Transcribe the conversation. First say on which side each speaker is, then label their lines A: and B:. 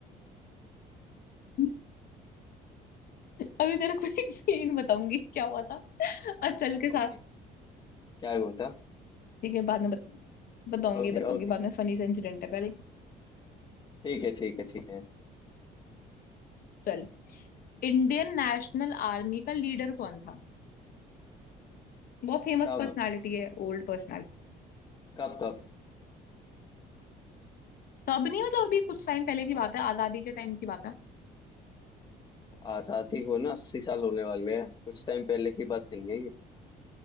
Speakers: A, on the left; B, on the left.
A: <laughs> अभी तेरे को एक सीन बताऊंगी क्या हुआ था और चल के साथ
B: ओके क्या होता
A: ठीक है बाद में बताऊंगी बताऊंगी
B: Okay
A: बताऊंगी
B: okay
A: बाद में फनी सा इंसिडेंट है पहले
B: ठीक है ठीक है ठीक है
A: चल इंडियन नेशनल आर्मी का लीडर कौन था बहुत फेमस
B: कब
A: पर्सनालिटी है ओल्ड पर्सनालिटी
B: कब कब
A: तब नहीं मतलब अभी कुछ टाइम पहले की बात है आजादी के टाइम की बात है
B: आजादी को ना अस्सी साल होने वाले हैं कुछ टाइम पहले की बात नहीं है ये